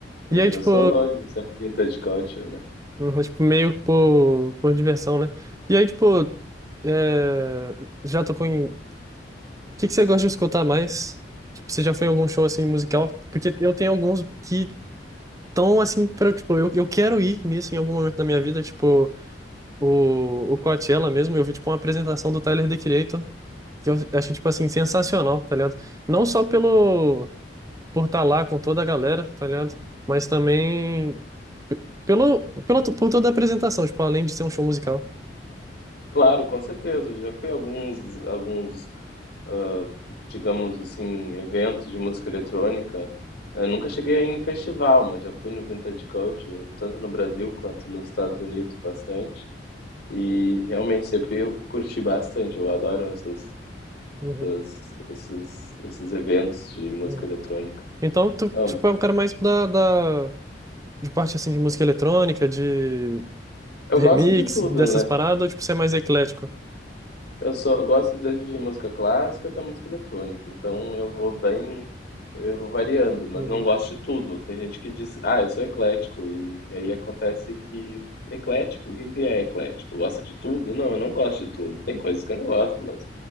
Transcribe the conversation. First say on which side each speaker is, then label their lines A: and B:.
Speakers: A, on the left; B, on the right.
A: mas
B: E aí, tipo,
A: eu sou longe de ser um vintage culture, né?
B: uhum, tipo, meio que por, por diversão, né? E aí, tipo, é, já tocou em, que que você gosta de escutar mais? Tipo, você já foi em algum show assim musical? Porque eu tenho alguns que estão assim para tipo, eu, eu quero ir nisso em algum momento da minha vida, tipo, o, o Coachella mesmo, eu vi tipo uma apresentação do Tyler, The Creator, que eu achei tipo assim sensacional, tá ligado? Não só pelo por estar lá com toda a galera, tá ligado? Mas também pelo, pela, por toda a apresentação, tipo, além de ser um show musical.
A: Claro, com certeza. Já fui a alguns, alguns, ah, digamos assim, eventos de música eletrônica. Eu nunca cheguei a ir em festival, mas já fui no Vintage Culture, tanto no Brasil quanto nos Estados Unidos, bastante. E realmente sempre eu curti bastante. Eu adoro essas,
B: Uhum,
A: essas- esses, esses eventos de música
B: uhum.
A: eletrônica.
B: Então, tu,
A: Amo.
B: tipo, é um cara mais da, da, de parte, assim, de música eletrônica, de
A: Eu
B: Remix,
A: gosto de tudo,
B: dessas
A: né?
B: paradas, ou tipo, você é mais eclético?
A: Eu só gosto desde de música clássica até música eletrônica, então eu vou bem, eu vou variando, mas
B: Uhum.
A: não gosto de tudo. Tem gente que diz, ah, eu sou eclético, e, e aí acontece que. Eclético? O que que é eclético? Gosta de tudo? Não, eu não gosto de tudo. Tem coisas que eu não gosto, mas